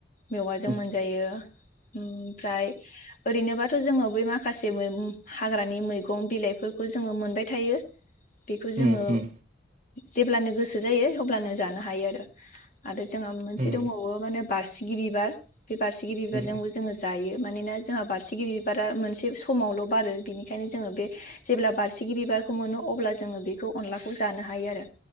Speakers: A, on the left; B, on the right.
A: मेवाजों
B: उम
A: मोनजायो ओमफ्राय ओरैनोबाथ' जोङो बै माखासे मैगं हाग्रानि मैगं बिलाइफोरखौ जोङो मोनबाय थायो बेखौ जोङो
B: उम उम
A: जेब्लानो गोसो जायो अब्लानो जानो हायो आरो आरो जोंहा मोनसे
B: उम
A: दंबावो माने बारसि गि बिबार बे बारसिगि बिबारजोंबो
B: उम
A: जोङो जायो मानोना जोंहा बारसिगि बिबारा मोनसे समावल' बारो बिनिखायनो जोङो बे जेब्ला बारसिगि बिबारखौ मोनो अब्ला जोङो बेखौ अनलाखौ जानो हायो आरो